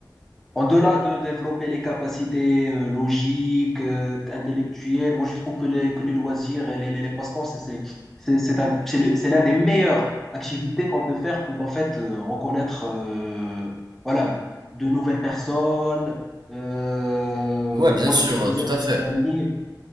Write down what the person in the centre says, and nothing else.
en-delà de développer les capacités euh, logiques, euh, intellectuelles, moi je trouve que les, que les loisirs et les, les, les passe-temps, c'est c'est- c'est- c'est un- c'est le- c'est l'un des meilleures activités qu'on peut faire pour en fait euh, reconnaître euh, voilà, de nouvelles personnes, euh,
voilà,
se poser
avec
ses amis.